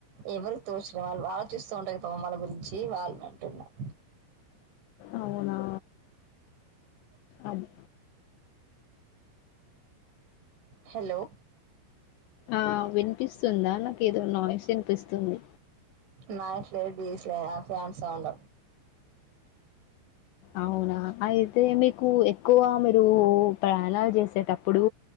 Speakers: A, on the right; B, on the left.
A: ఎవరు తోచి ఇగ వాళ్ళు ఆలోచిస్తూ ఉంటే ఇగ వాళ్ళ గురించి వాళ్ళు అంటున్నారు
B: అవునా అది
A: హాలో
B: ఆ వినిపిస్తుందా నాకు ఏదో నాయిస్ వినిపిస్తుంది
A: నా ఫ్లేట్ తీసలే ఫ్యాన్ సౌండ్
B: అవునా అయితే మీకు ఎక్కువ మీరు ప్రయాణాలు చేసేటప్పుడు